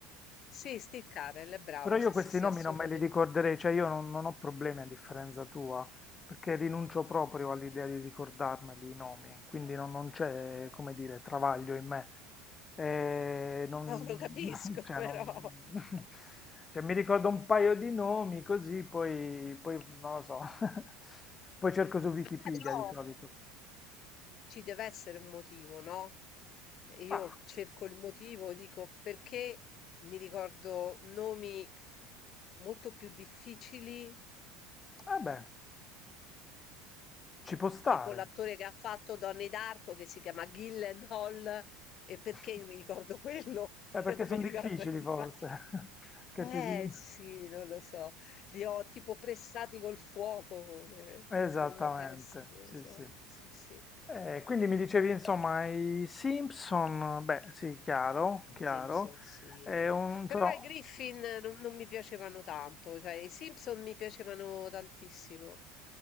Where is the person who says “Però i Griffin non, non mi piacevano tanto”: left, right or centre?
Left